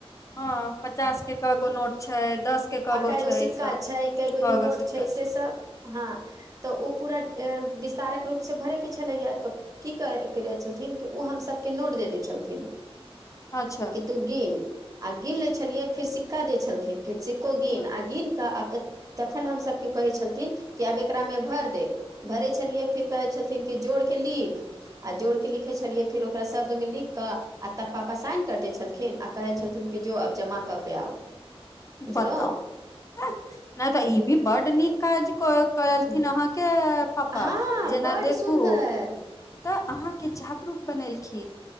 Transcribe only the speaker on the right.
आ कए गो
सिक्का
छैय, कए गो
ई नोट
छैय, से
सब हँ। तऽ ओ पूरा विस्तारक रूप से भरयके छलैये तऽ। की करै छलखिन कि ओ हम सभके नोट दे दै छलथिन।
कि तू गिन आ गिन लै छलियै फेर सिक्का देै छलखिन। कि सिक्का को गिन
आ गिन कऽ आ तखन हम सभके कहै छलथिन कि आब एकरा मे भर दे। भरै छलियै, फिर कहै छलथिन कि जोड़ के लिख। आ जोड़ के लिखै छलियै। फिर ओकरा शब्द मे लिख क आ तब पापा साइन कर देल छलखिन। आ कहै छलथिन कि जो अब जमा कऽ के आउ। बुझलहुँ
हँ
हँ
बड्ड
सुन्दर